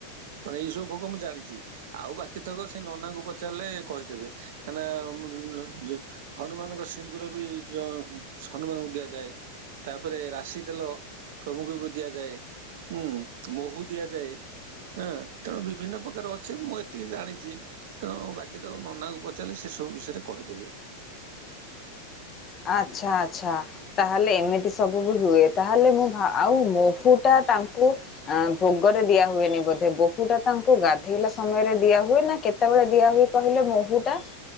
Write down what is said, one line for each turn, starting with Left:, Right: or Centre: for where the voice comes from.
Right: କଣ ଏଇ ସବୁ ଭୋକ ମୁଁ ଜାଣିଛି ଆଉ ବାକି ଥକ ସେ ନନାଙ୍କୁ ପଚାରିଲେ କହିଦେବେ କାନା, ମୁଁ, ମୁଁ, ଯୋ ହନୁମାନଙ୍କ ସିନ୍ଦୁର ବି ହନୁମାନଙ୍କୁ ଦିଆଯାଏ। ତାପରେ ରାଶି ତେଲ ପ୍ରଭୁଙ୍କୁ ବି ଦିଆଯାଏ। ହୁଁ ମହୁୁ ଦିଆ ଯାଏ। ହଁ ତେଣୁ ବିଭିନ୍ନ ପ୍ରକାର ଅଛି ମୁଁ ଏତିକି ଜାଣିଡ଼ି। ତେଣୁ ବାକି ତ ନନାଙ୍କୁ ପଚାରିଲେ ସେ ସବୁ ବିଷୟରେ କହିଦେବେ।
Left: ଆଚ୍ଛା ଆଚ୍ଛା ତାହେଲେ ଏମିତି ସବୁ ବି ହୁଏ। ତାହେଲେ ମୁଁ ଆଉ ମହୁଟା ତାଙ୍କୁ ଆ ଭୋଗରେ ଦିଆ ହୁଏନି ବୋଧେ ବୋହୂ ଟା ତାଙ୍କୁ ଗାଧେଇଲା ସମୟରେ ଦିଆ ହୁଏ ନା କେତେ କେତେବେଳେ ଦିଆ ହଏ କହିଲେ ମହୁ ଟା